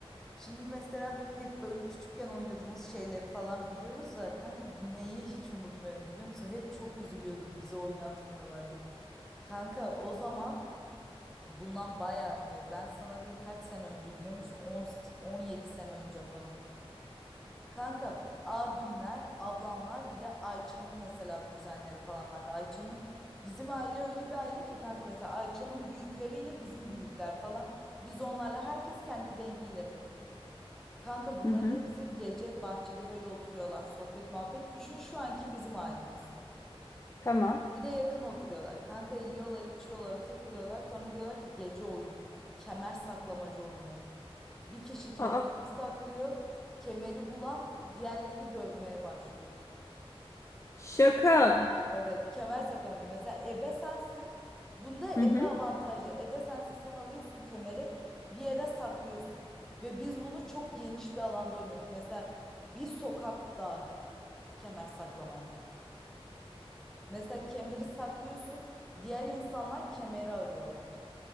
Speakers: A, in the centre; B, on the left.
A: Şimdi mesela hep böyle küçükken oynadığımız şeyleri falan biliyoruz da kanka neyi hiç unutmuyorum biliyor musun? Hep çok üzülüyorduk bizi oynatmıyorlar diye. Kanka o zaman bundan bayağı önce ben sana diyeyim kaç sene önce biliyor musun? On on yedi sene önce falan. Kanka abimler, ablamlar bir de Ayça'nın mesela kuzenleri falan vardı. Ayça'nın bizim aile öyle bir aile ki kanka mesela Ayça'nın büyükleriyle bizim büyükler falan. Biz onlarla herkes kendi dengiyle takılıyor. Kanka bunların
B: Hı hı.
A: hepsi gece bahçede böyle oturuyorlar sohbet muhabbet. Düşün şu anki bizim ailemiz.
B: Tamam.
A: Bir de yakın oturuyorlar. Kanka yiyorlar, içiyorlar, takılıyorlar. Sonra diyorlar ki gece oyun. Kemer saklamacı oynuyorlar. Bir kişi kemerini
B: Aa,
A: saklıyor. Kemeri bulan diğerlerini dövmeye başlıyor.
B: şaka.
A: Evet, kemer saklamacı. Mesela ebe sensin. Bunda ebe
B: Hı hı.
A: avantajlı. Ebe sensin. Sen alıyorsun kemeri bir yere saklıyorsun. Ve biz bunu çok geniş bir alanda oynuyorduk. Mesela bir sokak dahil kemer saklamaya. Mesela kemeri saklıyorsun. Diğer insanlar kemeri arıyorlar.